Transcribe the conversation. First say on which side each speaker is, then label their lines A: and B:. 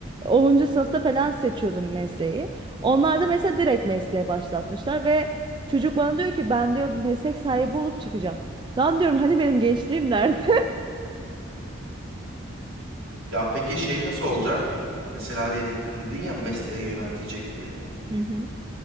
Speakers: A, on the right (about 20°); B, on the right (about 70°).
A: Onuncu sınıfta falan seçiyordum mesleği onlar da mesela direkt mesleğe başlatmışlar ve Çocuk bana diyor ki ben diyor meslek sahibi olup çıkacağım. Lan diyorum hani benim gençliğim nerede?
B: Ya peki şey nasıl olacak? Mesela diyelim dedin ya mesleğe yöneltecek diye.
A: Hı hı.